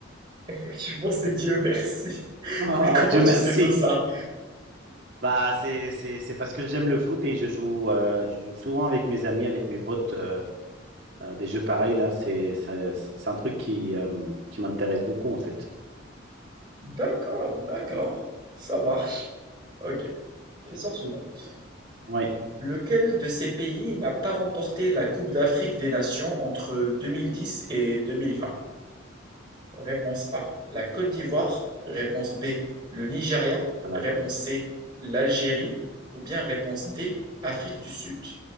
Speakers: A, on the right; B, on the right.
A: Effectivement, c'est Dieu merci.
B: Ah,
A: Mais comment
B: Dieu
A: tu
B: merci.
A: sais tout ça?
B: Bah, c'est, c'est, c'est parce que j'aime le foot et je joue, euh, je joue souvent avec mes amis, avec mes potes. euh, euh, des jeux pareils, là, c'est c'est- un truc qui, euh, qui m'intéresse beaucoup, en fait.
A: D'accord, d'accord, ça marche. Ok, question suivante.
B: Oui,
A: Lequel de ces pays n'a pas remporté la Coupe d'Afrique des Nations entre 2010 et 2020? Réponse A, la Côte d'Ivoire. Réponse B, le Nigeria.
B: c'est pas la
A: Réponse
B: Côte.
A: C, l'Algérie. Ou bien réponse D, Afrique du Sud.